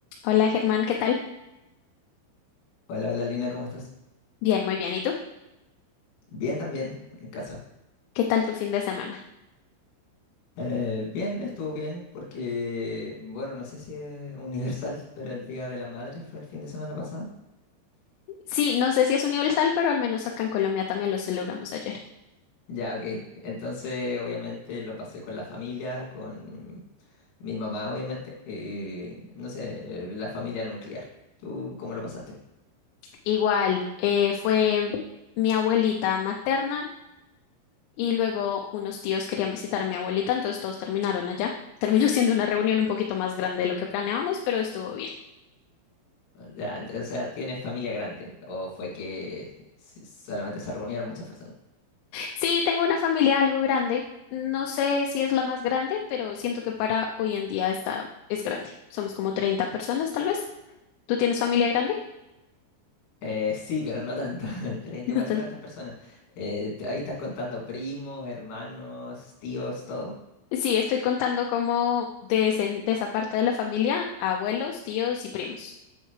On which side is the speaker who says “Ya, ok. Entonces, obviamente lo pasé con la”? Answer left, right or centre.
Left